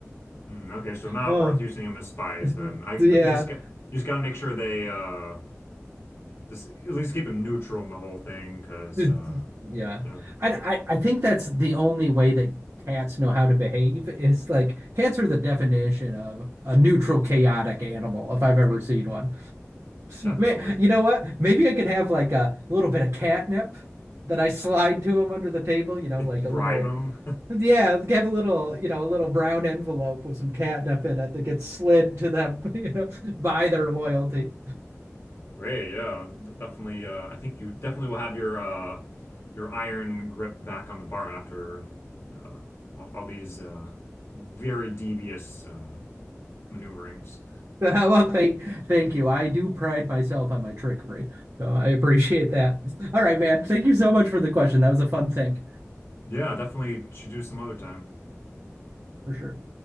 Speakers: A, on the left; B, on the right.
A: Mm, okay, so not
B: Oh,
A: worth using them as spies
B: <laughs>
A: then. I
B: yeah.
A: but you just got you just gotta make sure they uh just at least keep them neutral in the whole thing, because
B: The-
A: uh
B: yeah.
A: yeah,
B: I, I, I think that's the only way that cats know how to behave. It's like cats are the definition of a neutral, chaotic animal, if I've ever seen one.
A: definitely
B: May, you know what? Maybe I could have like a little bit of catnip that I slide to them under the table, you know, like
A: <laughs> bribe
B: a little,
A: them.
B: yeah, have a little, you know, a little brown envelope with some catnip in it that gets slid to them, <laughs> you know, by their loyalty.
A: Great, yeah, d- definitely. Uh, I think you definitely will have your uh, your iron grip back on the barn after uh, all, all these uh, very devious uh, maneuverings.
B: <laughs> Well, thank thank you. I do pride myself on my trickery, so I appreciate that. All right, man. Thank you so much for the question. That was a fun thing,
A: Yeah, definitely should do some other time.
B: for sure.